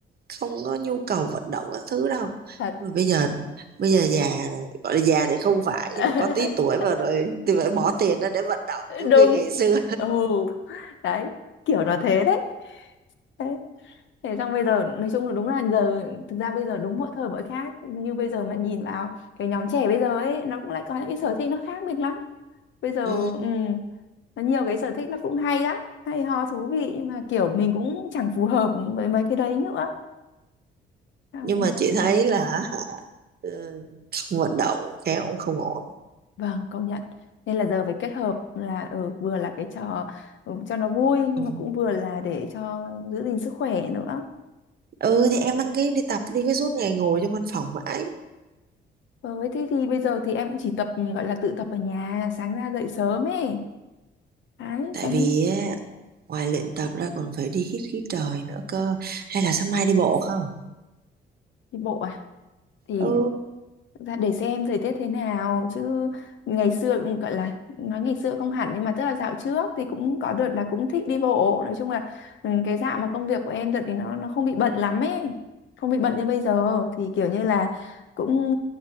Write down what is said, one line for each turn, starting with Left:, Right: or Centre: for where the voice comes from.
Right: không có nhu cầu vận động các thứ đâu.
Left: thật
Right: Mà bây giờ bây giờ già rồi, gọi là già thì không phải
Left: <laughs>
Right: nhưng mà có tí tuổi vào rồi thì phải bỏ tiền ra để vận động trong
Left: đúng
Right: khi ngày xưa.
Left: ừ đấy kiểu nó thế đấy đấy Thế xong bây giờ nói chung là đúng là giờ thực ra bây giờ đúng mỗi thời mỗi khác như bây giờ mà nhìn vào cái nhóm trẻ bây giờ ấy nó cũng lại có những cái sở thích nó khác biệt lắm bây giờ
Right: Ừ.
Left: ừ, nó nhiều cái sở thích nó cũng hay lắm hay ho thú vị nhưng mà kiểu mình cũng chẳng phù hợp với mấy cái đấy nữa Xong,
Right: nhưng mà chị thấy là hả ờ, không vận động khéo cũng không ổn
Left: vâng công nhận nên là giờ phải kết hợp là ừ, vừa là cái trò ừ, cho nó vui nhưng
Right: Ừ.
Left: mà cũng vừa là để cho giữ gìn sức khỏe nữa
Right: ừ thì em đăng
Left: Đấy.
Right: ký đi tập đi cái suốt ngày ngồi trong văn phòng mãi
Left: Với thế thì bây giờ thì em cũng chỉ tập gọi là tự tập ở nhà sáng ra dậy sớm ấy Đấy,
Right: tại
Left: sang
Right: vì á, ngoài luyện tập ra còn phải đi hít khí trời nữa cơ hay là sáng mai đi bộ không
Left: đi bộ à? Thì
Right: ừ
Left: Dạ, để xem thời tiết thế nào chứ ngày xưa cũng gọi là nói ngày xưa không hẳn nhưng mà tức là dạo trước thì cũng có đợt là cũng thích đi bộ nói chung là ừ, cái dạo mà công việc của em đợt thì nó nó không bị bận lắm ấy không bị bận như bây giờ thì kiểu như là cũng